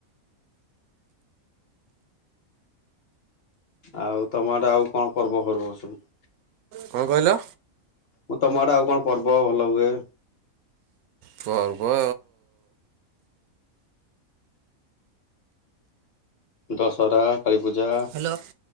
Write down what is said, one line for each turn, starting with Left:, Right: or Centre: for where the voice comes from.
Left: ଆଉ ତମ ଆଦେ ଆଉ କଣ ପର୍ବ ଫର୍ବ ସବୁ?
Right: କଣ କହିଲ?
Left: ମୁଁ ତମଆଡେ ଆଉ କଣ ପର୍ବ ଭଲ ହୁଏ?
Right: ପର୍ବ
Left: ଦଶହରା, କାଳୀପୂଜା,
Right: ହ୍ୟାଲୋ